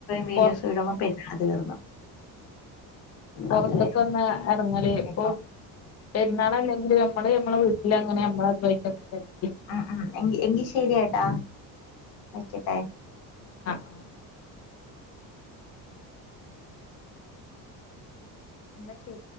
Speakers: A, on the left (about 75°); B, on the left (about 40°).
A: വിഡിയോസും
B: പൊർ
A: ഇടുമ്പോ പെരുന്നാൾ തീർന്നു
B: പുറത്തൊക്കെ
A: അത്രേ
B: വന്ന് ഇറങ്ങല് ഇപ്പൊ
A: ഇപ്പം
B: പെരുന്നാള അല്ലെങ്കിൽ നമ്മള് മ്മടെ വീട്ടിൽ അങ്ങനെമ്മള <unintelligible>
A: മ് മ് എങ്കി എങ്കി ശെരി ആ ഡാ വെയ്ക്കട്ടെ.
B: ആ <unintelligible> എന്ന ശരി